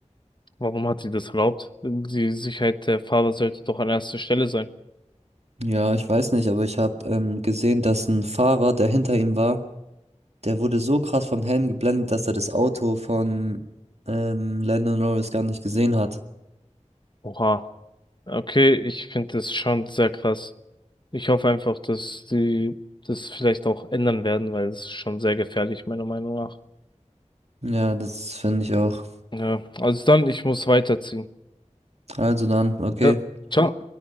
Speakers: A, on the left; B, on the right.
A: warum hat sie das erlaubt? Die Sicherheit der Fahrer sollte doch an erster Stelle sein.
B: Ja, ich weiß nicht, aber ich habe ähm, gesehen, dass ein Fahrer, der hinter ihm war, der wurde so krass vom Helm geblendet, dass er das Auto von ähm, Lando Norris gar nicht gesehen hat.
A: Oha, okay, ich finde das schon sehr krass. Ich hoffe einfach, dass sie das vielleicht auch ändern werden, weil es ist schon sehr gefährlich, meiner Meinung nach.
B: Ja, das finde ich auch.
A: Ja, also dann, ich muss weiterziehen.
B: Also dann, okay.
A: Ja, ciao.